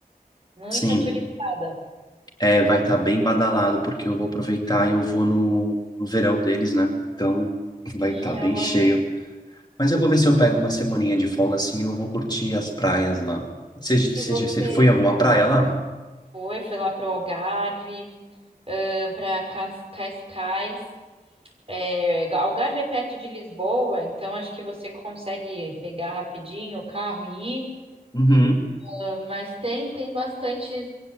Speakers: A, on the right; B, on the left.
A: Muita
B: Sim,
A: turistada.
B: é, vai estar bem badalado porque eu vou aproveitar e eu vou no, no verão deles, né? Então <laughs> vai
A: Sim,
B: estar bem
A: é ótimo.
B: cheio. Mas eu vou ver se eu pego uma semaninha de folga assim, eu vou curtir as praias lá. Você você
A: Se você
B: já você foi em alguma praia lá?
A: foi, foi lá pro Algarve, para Cascais, É, Algarve é perto de Lisboa, então acho que você consegue pegar rapidinho o carro e ir.
B: Uhum.
A: Ah, Mas tem tem bastantes